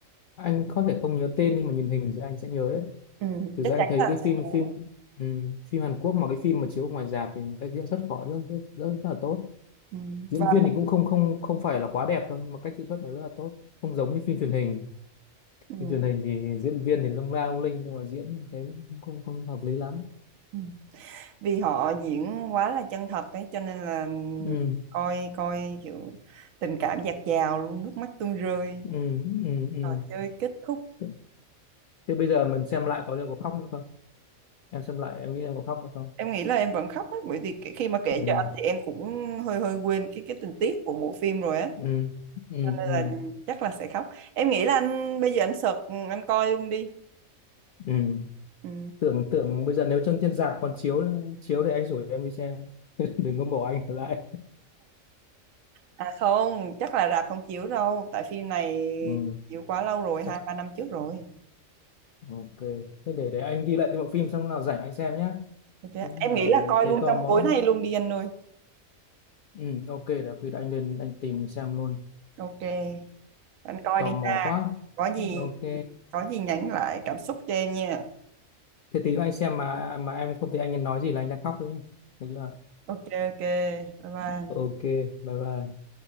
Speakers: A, on the left; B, on the right.
A: anh có thể không nhớ tên nhưng mà nhìn hình thì anh sẽ nhớ đấy
B: Ừ,
A: thực
B: chắc
A: ra
B: chắn
A: anh thấy
B: là
A: cái
B: sẽ
A: phim
B: nhớ
A: phim ừm, phim Hàn Quốc mà cái phim mà chiếu ngoài rạp thì cách diễn xuất của họ rất, rất rất rất là tốt
B: ừ,
A: diễn
B: và
A: viên thì cũng không không không phải là quá đẹp đâu nhưng mà cách diễn xuất nó rất là tốt không giống như phim truyền hình
B: ừ,
A: phim truyền hình thì diễn viên thì lung la lung linh nhưng mà diễn thấy cũng không không hợp lý lắm
B: ừ. vì họ diễn quá là chân thật ấy cho nên là
A: ừ
B: coi coi kiểu tình cảm dạt dào luôn nước mắt tuôn rơi
A: ừ ừ ừ
B: trò chơi kết thúc
A: thế bây giờ mình xem lại có liệu có khóc nữa không em xem lại em nghĩ em có khóc nữa không
B: em nghĩ là em vẫn khóc ấy bởi vì khi mà kể
A: ừ
B: cho anh thì em cũng hơi hơi quên cái cái tình tiết của bộ phim rồi á
A: ừ ừ
B: cho nên
A: ừ
B: là chắc là sẽ khóc em nghĩ là anh bây giờ anh search ừ, anh coi luôn đi
A: ừ
B: ừ.
A: tưởng tưởng bây giờ nếu trên trên rạp còn chiếu nữa- chiếu thì anh rủ em đi xem <laughs> đừng có bỏ anh ở lại
B: à không chắc là rạp không chiếu đâu tại phim này
A: ừ,
B: chiếu quá lâu rồi
A: chắc
B: hai ba năm trước rồi
A: ok thế để để anh ghi lại cái bộ phim xong lúc nào rảnh anh xem nhé
B: Ok,
A: đúng
B: Em
A: là
B: nghĩ là coi
A: thấy
B: luôn
A: tò
B: trong
A: mò
B: tối nay luôn đi anh ơi.
A: ừ, ok để khi đó anh lên anh tìm xem luôn
B: Ok, anh coi
A: tò
B: đi
A: mò
B: ha.
A: quá
B: Có gì
A: ok
B: có gì nhắn lại cảm xúc cho em nha.
A: thế tí nữa anh xem mà mà em không thấy anh nói gì là anh đang khóc đấy nhé được chưa
B: Ok ok. Bye bye.
A: <laughs> ok bye bye